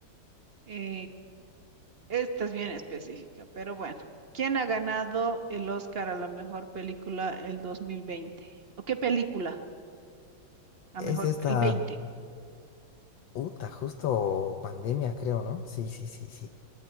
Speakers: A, on the right (about 40°); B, on the left (about 70°).
A: Eh, Esta es bien específica, pero bueno. ¿Quién ha ganado el Oscar a la mejor película el 2020? ¿O qué película? A
B: Es
A: mejor,
B: esta.
A: el 20?
B: Uta, justo pandemia, creo, ¿no? Sí, sí, sí, sí.